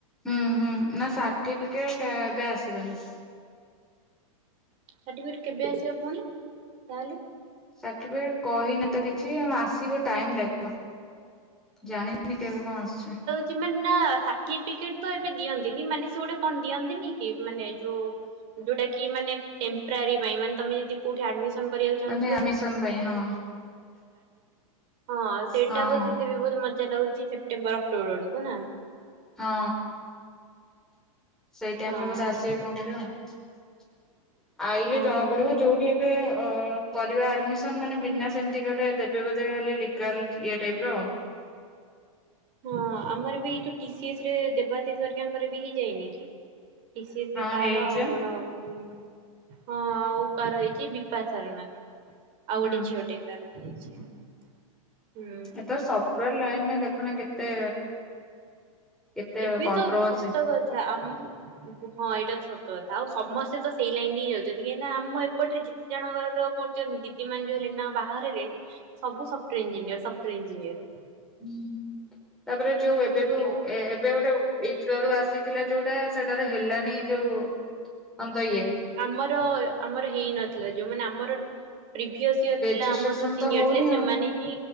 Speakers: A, in the centre; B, on the right.
A: ହୁଁ ହୁଁ ନା ସାର୍ଟିଫିକେଟ ଏବେ ଆସିବନି
B: ସାର୍ଟିଫିକେଟ କେବେ ଆସିବ ପୁଣି ତାହେଲେ
A: ସାର୍ଟିଫିକେଟ କହିନ ତ କିଛି ଆ ଆସିବ ଟାଇମ ଲାଗିବ ଜାଣିନିନି କେବେ କଣ ଆସୁଛ
B: ସେମାନେ ନା ସାର୍ଟିଫିକେଟ ତ ଏବେ ଦିଅନ୍ତିନି ମାନେ ସେ ଗୋଟେ କଣ ଦିଅନ୍ତିନି କି ମାନେ ଯୋଉ ଯୋଉଟା କି ମାନେ ଟେମ୍ପରାରୀ ପାଇଁ ମାନେ ତମେ ଯଦି କୋଉଠି ଆଡମିନ କରିବାକୁ ଚାହୁଁାଉ
A: ମାନେ ଆଡମିସନ ପାଇଁ ହଁ
B: ହଁ ସେଇଟା
A: ହଁ
B: ବଧେି ବହୁତ ମଜା ଲାଗୁଛି ସେ୍ଟେମ୍ବର ଅକ୍ଟୋବର ବେଳକୁ ନା
A: ହଁ ସେଇ ଟାଇମରେ
B: ହଁ
A: ବୋଧେ ଆସିବେ କଣ କରିବା ଆଉ ଆଇଲେ ଜଣା
B: ଓହୋ
A: ପଡିବ ଯୋଉଠି ଏ ଅ କରିବା ଆଡମିସନ ମାନେ ବିନା ସେମିତି ଗୋଟେ ଦେବେ ବୋଧେ ଖାଲି ଲିଗାଲ ଇଏ ଟାଇପର।
B: ହଁ ଆମର ବି ଏଇଠୁ ଟି ସି ଏସ ରେ ଦେବାଶିଶ୍ ହେରିକାଙ୍କର ବି ହେଇ ଯାଇନି କି। ଟି ସି ଏସ
A: ହଁ
B: ରେ ତାର
A: ହେଇଯା
B: ଆଉ କଣ ହଁ ଆଉ କାହାର ହେଇକି ବି ବା ସାରୁନା ଆଉ
A: ହୁଁ
B: ଗୋଟେ ଝିଅଟେ କାହାର ହେଇଯାଇଛି। ହୁଁ।
A: ଏଥର ସଫ୍ଟଓୟାର ଲାଇନରେ ଦେଖୁନ କେତେ କେତେ
B: ଏବେ
A: କଣ୍ଟ୍ରୋଭର୍ସି।
B: ତ ଶତ କଥା ଆମ ଉ ହଁ ଏଇଟା ତ ସତ କଥା ଆଉ ସମସ୍ତେ ତ ସେଇ ଲାଇନ ରେ ହିଁ ଯାଉଛନ୍ତି କାହିଁକି ନା ଆମ ଏପଟରେ ଯେ କେତେ ଜଣଙ୍କର ମୋର ଯୋଉ ଦିଦି ମାନେ ଯୋଉ ହେଲେଣି ତାଙ୍କ ବାହାଘର ହେଲେଣି ସବୁ software engineer software engineer.
A: ହୁଁ ତାପରେ ଯୋଉ ଏବେ
B: ଆଜ୍ଞା।
A: ବି ଏ ଏବେ ଗୋଟେ ଇସ୍ରୋ ରୁ ଆସିଥିଲା ଯୋଉଟା ସେଟାରେ ହେଲାନି ଯୋଉ କଣ ତ ଇଏ
B: ଆମର ଆମର ହେଇନଥିଲା ଯୋଉମାନେ ଆମର ପ୍ରିଭିଅସ ଇୟର
A: ରେଜିଷ୍ଟ୍ରେସନ
B: ପିଲା ଆମର ଯୋଉ ସିନିୟର
A: ତ ହଉନି
B: ଥିଲେ ସେମାନେ
A: ଆଉ।
B: ହିଁ